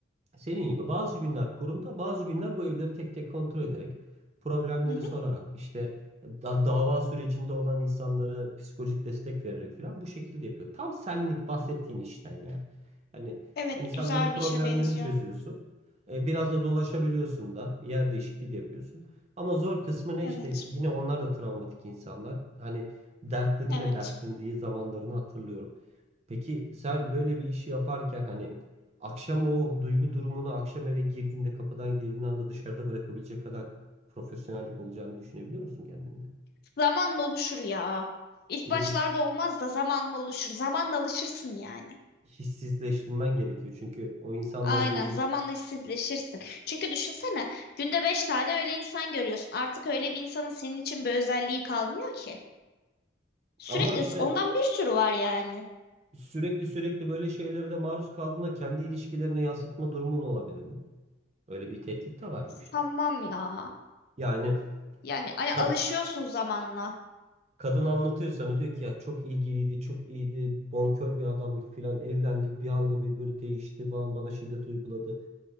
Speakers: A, on the right; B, on the left.
A: senin gibi bazı günler kurumda, bazı günler bu evleri tek tek kontrol ederek, problemleri
B: hı hı.
A: sorarak, işte da- dava sürecinde olan insanlara psikolojik destek vererek falan bu şekilde yapıyor. Tam senlik bahsettiğin işten yani. Hani
B: Evet,
A: insanların
B: güzel
A: problemlerini
B: bir işe benziyor.
A: çözüyorsun. E, biraz da dolaşabiliyorsun da, yer değişikliği de yapıyorsun. Ama zor kısmı ne
B: Evet.
A: işte yine onlar da travmatik insanlar. Hani dertleriyle
B: Evet.
A: dertlendiği zamanlarını hatırlıyorum. Peki sen böyle bir işi yaparken hani akşam o duygu durumunu akşam eve girdiğinde kapıdan girdiğin anda dışarıda bırakabilecek kadar profesyonellik olacağını düşünebiliyor musun kendinde?
B: Zamanla oluşur ya. İlk
A: Yine
B: başlarda
A: biz
B: olmaz da zamanla oluşur. Zamanla alışırsın yani.
A: hissizleştirmen gerekiyor çünkü o insanlar
B: Aynen
A: gündüz
B: zamanla işsizleşirsin. Çünkü düşünsene günde beş tane öyle insan görüyorsun. Artık öyle bir insanın senin için bir özelliği kalmıyor ki. Sürekli
A: ama işte
B: ondan bir sürü var yani.
A: sürekli sürekli böyle şeylere de maruz kaldığında kendi ilişkilerine yansıtma durumun olabilir mi? Öyle bir tehdit de var
B: Sanmam
A: bu işte.
B: ya.
A: Yani
B: Yani hani
A: ka-
B: alışıyorsun zamanla.
A: Kadın anlatıyor sana diyor ki ya çok ilgiliydi, çok iyiydi, bonkör bir adamdı filan evlendik bir anda bir böyle değişti, bana, bana şiddet uyguladı.